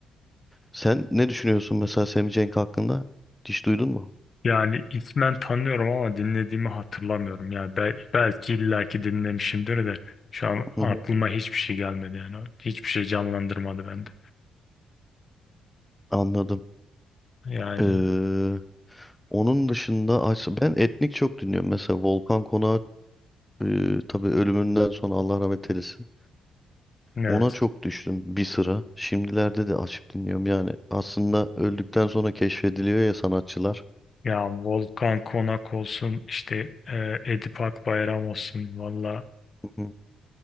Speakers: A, in the centre; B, on the left.
A: Sen ne düşünüyorsun mesela Semih Cenk hakkında? Hiç duydun mu?
B: Yani ismen tanıyorum ama dinlediğimi hatırlamıyorum. Yani bel- belki illaki dinlemişimdir de şu an
A: Hı
B: aklıma
A: hı,
B: hiçbir şey gelmedi yani. Hiçbir şey canlandırmadı bende.
A: Anladım.
B: Yani
A: Ee, onun dışında aç- ben etnik çok dinliyorum. Mesela Volkan Konak e, tabii ölümünden sonra Allah rahmet eylesin.
B: evet.
A: Ona çok düştüm bir sıra. Şimdilerde de açıp dinliyorum. Yani aslında öldükten sonra keşfediliyor ya sanatçılar.
B: Ya Volkan Konak olsun işte e, Edip Akbayram olsun valla
A: Hı hı.